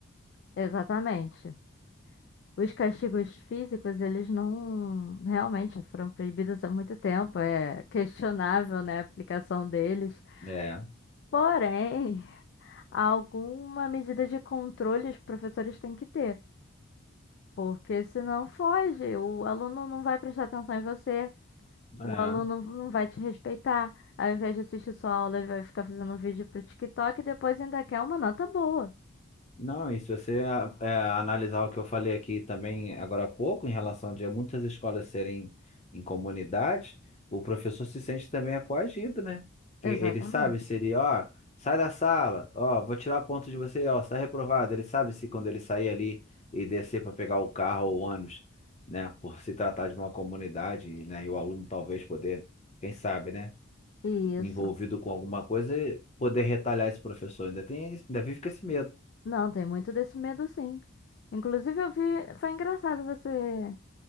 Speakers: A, on the left; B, on the left.
A: exatamente. Os castigos físicos, eles não realmente foram proibidos há muito tempo, é questionável, né, a aplicação deles.
B: É,
A: Porém, <laughs> alguma medida de controle os professores têm que ter. Porque senão foge, o aluno não vai prestar atenção em você, o
B: é.
A: aluno não vai te respeitar. Ao invés de assistir sua aula, ele vai ficar fazendo um vídeo pro TikTok e depois ainda quer uma nota boa.
B: Não, e se você a- é, analisar o que eu falei aqui também agora há pouco, em relação de muitas escolas serem em comunidades, o professor se sente também é coagido, né? Que
A: Exatamente.
B: ele sabe se ele, ó, sai da sala, ó, vou tirar ponto de você, ó, está reprovado. Ele sabe se quando ele sair ali e descer para pegar o carro ou o ônibus, né, por se tratar de uma comunidade, né, e o aluno talvez poder, quem sabe, né,
A: Isso.
B: envolvido com alguma coisa, poder retalhar esse professor. Ainda tem, ainda vive com esse medo.
A: Não, tem muito desse medo, sim. Inclusive, eu vi. Foi engraçado você.